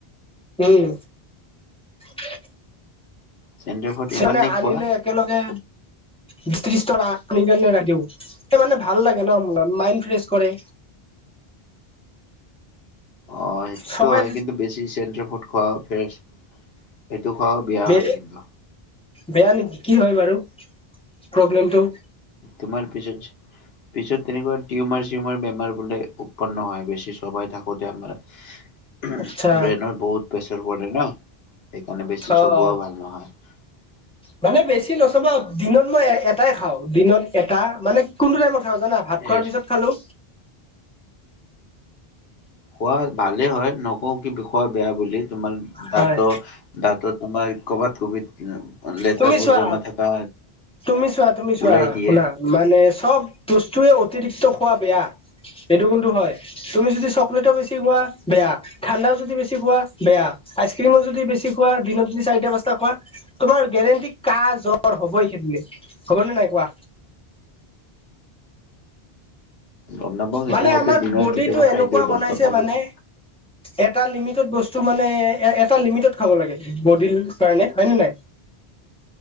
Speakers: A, in the centre; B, on the left.
A: উম হয় <unintelligible>
B: চেণ্টাৰ ফুড
A: কিছুমানে
B: ইমানেই
A: আনিলে
B: খোৱা?
A: একেলগে বিশ ত্ৰিশ টকা আনি কেনে উৰাই দিও মানে ভাল লাগে ন মাইণ্ড ফ্ৰেচ কৰে।
B: অ সেইটোতো
A: সবাই
B: হয় কিন্তু বেছি চেট্ৰাৰ ফুড খোৱাও ফেছ সেইটো খোৱাও বেয়া
A: বে
B: হয় কিন্তু
A: বেয়া নেকি কি হয় বাৰু প্ৰব্লেমটো?
B: তোমাৰ পিছত পিছত তেনেকুৱা টিউমাৰ চিউমাৰ বেমাৰ বোলে উৎপন্ন হয় বেছি সবাই থাকোতে আমাৰ উ <unintelligible>
A: আচ্ছা
B: ব্ৰেইনত বহুত প্ৰেছাৰ পৰে ন সেইকাৰণে বেছি
A: অ
B: চবোৱাও
A: অ
B: ভাল নহয়। উ <unintelligible>
A: মানে বেছি নচবা দিনত মই এটাই খাওঁ দিনত এটা মানে কোনটো টাইমত খাওঁ জানা‌? ভাত খোৱাৰ
B: এ
A: পিছত খালোঁ
B: খোৱা ভালেই হয় নকও কি খোৱা বেয়া বুলি তোমাৰ দাত
A: হয়
B: দাটৰ তোমাৰ কৰ'বাত কবিত। লেতেৰাবোৰ
A: তুমি চোৱা
B: জমা থকা
A: তুমি চোৱা তুমি চোৱা
B: ওলাই দিয়ে
A: শুনা, মানে চব বস্তুৱে অতিৰিক্ত খোৱা বেয়া এইটো কিন্তু হয়। তুমি যদি চকলেট বেছি খোৱা বেয়া, ঠাণ্ডাও যদি বেছি খোৱা বেয়া আইচক্ৰীমো যদি বেছি খোৱা দিনত যদি চাৰিটা পাঁচটা খোৱা তোমাৰ গেৰেণ্টি কাহ জ্বৰ হবই সেইবুলি হ'বনে নাই কোৱা?
B: গম নাপাওঁ কিন্তু
A: মানে
B: মই এতিয়া
A: আমাৰ
B: ডিনাৰ
A: বডিটো
B: কেতিয়াবা
A: এনেকুৱা
B: খাই দিওঁ
A: বনাইছে
B: দহটামান
A: মানে
B: বজাত।
A: এটা লিমিটত বস্তু মানে এ এটা লিমিটত খাব লাগে বডিৰ কাৰণে হয় নে নাই,